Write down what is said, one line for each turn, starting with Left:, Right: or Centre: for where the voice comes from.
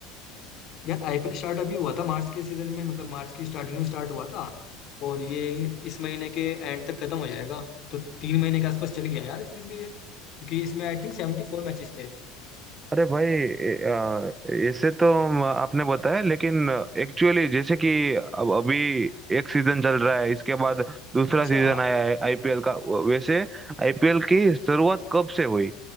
Left: यार आईपीएल स्टार्ट अभी हुआ था मार्च के सीजन में मतलब मार्च की स्टार्टिंग में स्टार्ट हुआ था और ये इस महीने के एंड तक खत्म हो जाएगा तो तीन महीने के आसपास चल गया यार फिर भी ये क्योंकि इसमें I think seventy four matches थे
Right: अरे भाई ए- आ, ऐसे तो म- आपने बताया लेकिन एक्चुअली जैसे कि अब अभी एक सीजन चल रहा है इसके बाद दूसरा
Left: अच्छा
Right: सीजन आया है आईपीएल का वैसे आईपीएल की शुरुआत कब से हुई